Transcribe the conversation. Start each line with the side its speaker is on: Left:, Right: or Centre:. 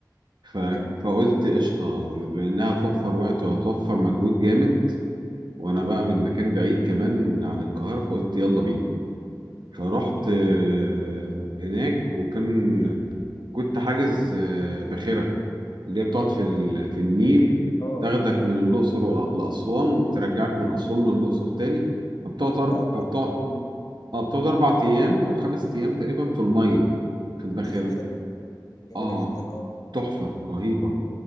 Right: ف...
Left: حلو
Right: فقلت قشطة بإنها هتوفر وقت وهتوفر مجهود جامد وأنا بقى من مكان بعيد كمان عن القاهرة فقلت يلا بينا فرحت آه، هناك وكان كنت حاجز آه، باخرة اللي هي بتقعد في ال... في النيل
Left: اه
Right: تاخدك من الأقصر ولا- لأسوان وبترجعك من أسوان للأقصر تاني فبتقعد أرب...
Left: اه بتقعد
Right: فبتقعد
Left: كذا يوم دي
Right: اه بتقعد أربع أيام أو خمس أيام تقريبا في المية في الباخرة
Left: دي جميلة جدا جميلة
Right: اه
Left: جدا اه
Right: تحفة رهيبة